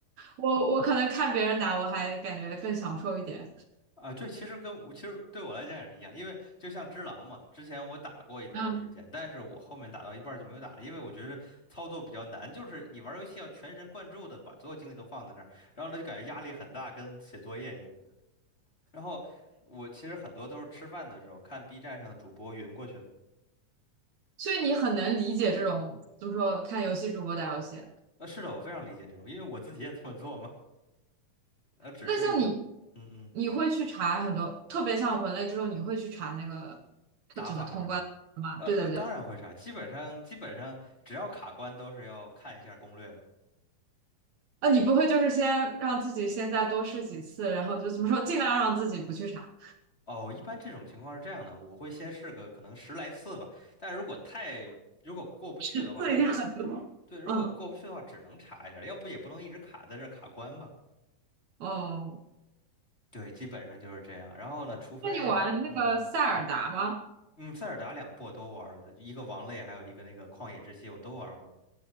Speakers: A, on the right; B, on the left.
A: 我我可能看别人打，我还感觉更享受一点。
B: 啊，对，其实跟我其实对我来讲也是一样，因为就像只狼嘛，之前我打过一段时间，
A: 嗯，
B: 但是我后面打到一半儿就没有打了，因为我觉得操作比较难，就是你玩儿游戏要全神贯注的把所有精力都放在那儿，然后呢就感觉压力很大，跟写作业一样。然后我其实很多都是吃饭的时候看 B 站上的主播云过去的。
A: 所以你很能理解这种，就么说看游戏主播打游戏。
B: 呃，是的，我非常理解这种，因为我自己也这么做嘛。呃，只是，
A: 那像你，
B: 嗯嗯，
A: 你会去查很多，特别像文类这种，你会去查那个它怎么通关的吗？
B: 打法是吗？呃呃，
A: 对对对，
B: 当然会查，基本上基本上只要卡关都是要看一下攻略的。
A: 啊，你不会就是先让自己现在多试几次，然后就怎么说，尽量让自己不去查，
B: 哦，一般这种情况是这样的，我会先试个可能十来次吧，但如果太如果过不去的话，
A: 十次一定很多。
B: 那对，如果过不去的话，
A: 嗯，
B: 只能查一下，要不也不能一直卡在这儿卡关吧。
A: 哦，
B: 对，基本上就是这样。然后呢，除非那种，
A: 那你玩那个塞尔达吗？
B: 嗯嗯嗯，塞尔达两部我都玩了，一个王类，还有一个那个旷野之息，我都玩过。